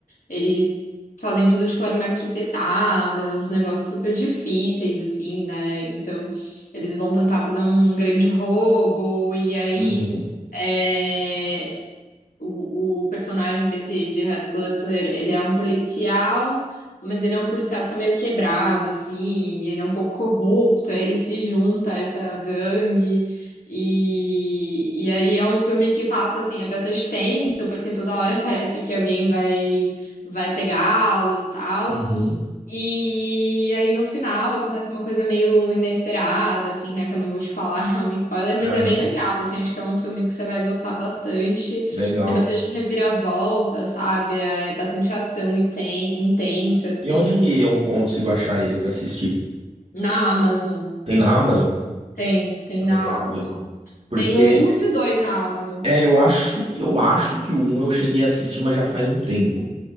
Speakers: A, on the left (about 80°); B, on the right (about 45°).
A: eles fazem tudo de forma arquitetada, uns negócios super difíceis, assim, né? Então, eles vão tentar fazer um grande roubo, e aí.
B: Uhum,
A: é, o, o personagem desse Gerard Butler, ele é um policial, mas ele é um policial que tá meio quebrado, assim, ele é um pouco corrupto, aí ele se junta a essa gangue, e, e aí é um filme que passa, assim, é bastante tenso, porque toda hora <laughs> parece que alguém vai, vai pegá-los, tal,
B: uhum,
A: e aí no final acontece uma coisa meio inesperada, assim, né? Que eu não vou te falar, <laughs> é um spoiler, mas
B: aham.
A: é bem legal, assim, acho que é um filme que você vai gostar bastante.
B: Legal.
A: Tem bastante reviravolta, sabe? É bastante ação e tem, intensa, assim.
B: E onde que eu consigo achar ele pra assistir?
A: Na Amazon,
B: Tem na Amazon?
A: tem, tem na
B: Legal,
A: Amazon.
B: legal. Porque
A: Tem o um e o dois na Amazon.
B: É, eu acho, eu acho que o um eu cheguei a assistir, mas já faz um tempo.